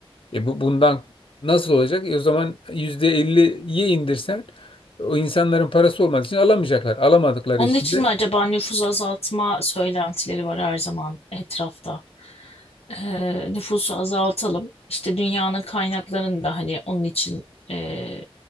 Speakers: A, on the left; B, on the left.
A: E bu bundan nasıl olacak? E o zaman %50'ye indirsen o insanların parası olmadığı için alamayacaklar. Alamadıkları
B: Onun
A: için
B: için
A: de
B: mi acaba nüfus azaltma söylentileri var her zaman etrafta? Ee, nüfusu azaltalım. İşte dünyanın kaynaklarını da hani onun için e,